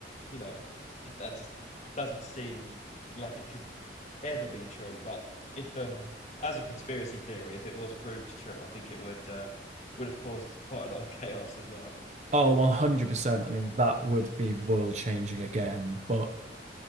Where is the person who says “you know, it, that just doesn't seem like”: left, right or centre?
Left